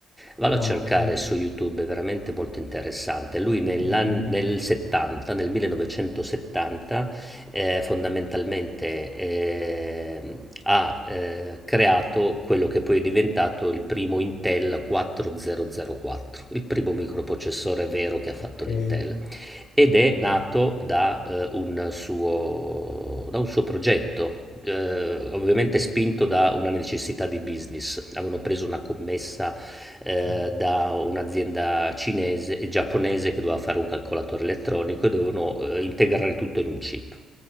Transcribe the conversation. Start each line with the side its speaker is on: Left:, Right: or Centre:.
Centre: Vado
Left: Ah,
Centre: a cercare
Left: ok.
Centre: su YouTube, è veramente molto interessante. Lui nell'an-
Left: Mm, mm,
Centre: nel 70, nel 1970, eh, fondamentalmente eh, ha eh, creato quello che poi è diventato il primo Intel 4004, il primo microprocessore vero che ha fatto
Left: ok.
Centre: l'Intel ed è nato da, ehm, un suo da un suo progetto, ehm, ovviamente spinto da una necessità di business. Avevano preso una commessa, ehm,
Left: Sì.
Centre: da un'azienda cinese e giapponese che doveva fare un calcolatore elettronico e dovevano, ehm, integrare tutto in un chip.